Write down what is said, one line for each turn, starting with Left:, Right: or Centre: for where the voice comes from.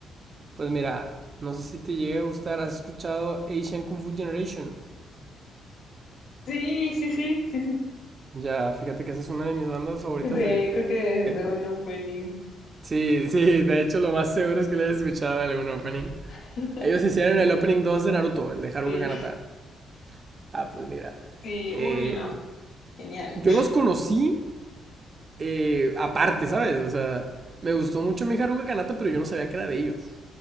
Right: Pues mira, no sé si te llegue a gustar. ¿Has escuchado Asian Kung Fu Generation?
Left: Sí, sí, sí, sí, sí.
Right: Ya, fíjate que esa es una de mis bandas favoritas
Left: De,
Right: de... de-
Left: creo que
Right: de-
Left: de un opening.
Right: Sí, sí, de hecho lo más seguro es que le hayas escuchado algún opening.
Left: <laughs>
Right: Ellos hicieron el opening 2 de Naruto, el de Haruka
Left: Sí.
Right: Kanata. Ah, pues mira.
Left: Sí,
Right: eh,
Left: uy, no. Genial.
Right: yo los conocí eh, aparte, ¿sabes? O sea, me gustó mucho mi Haruka Kanata, pero yo no sabía que era de ellos.